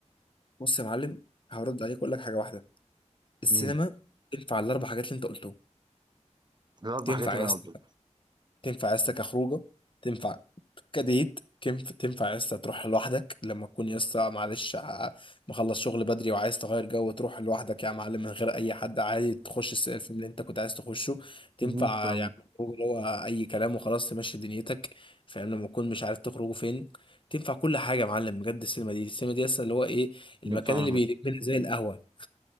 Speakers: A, on the left (about 45°); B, on the right (about 35°).
A: بص يا معلم هرد عليك واقول لك حاجة واحدة السينما
B: امم
A: تنفع الاربع حاجات اللي انت قلتهم
B: ده الاربع
A: تنفع
B: حاجات اللي
A: يا اسطى
B: انا قلتها
A: تنفع عيلتك كخروجه تنفع كديت كينف- تنفع عيلتك تروح لوحدك لما تكون لسه معلش ع- مخلص شغل بدري وعايز تغير جو تروح لوحدك يا معلم من غير اي حد عادي تخش الس- الفيلم اللي انت كنت عايز تخشه تنفع
B: امم فاهم
A: يعني خروج اللي هو اي كلام وخلاص تمشي دنيتك فاهم لما تكون مش عارف تخرجوا فين تنفع كل حاجه يا معلم بجد السينما دي السينما دي لسه اللي هو ايه المكان
B: فاهمك
A: اللي بيلمنا زي القهوه